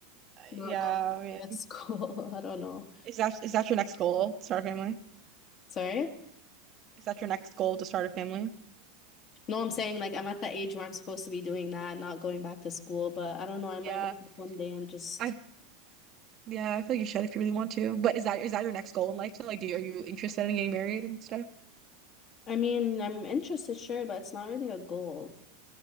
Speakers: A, on the left; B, on the right.
A: Not
B: Yeah,
A: go to
B: I mean,
A: med school. <laughs> I don't know.
B: is that is that your next goal? Start a family?
A: Sorry?
B: Is that your next goal to start a family?
A: No, I'm saying like I'm at the age where I'm supposed to be doing that, not going back to school, but I don't know, I might
B: Yeah.
A: wake up one day and just
B: I yeah, I feel like you should if you really want to. But is that is that your next goal in life? So, like, do you, are you interested in getting married and stuff?
A: I mean, I'm interested, sure, but it's not really a goal.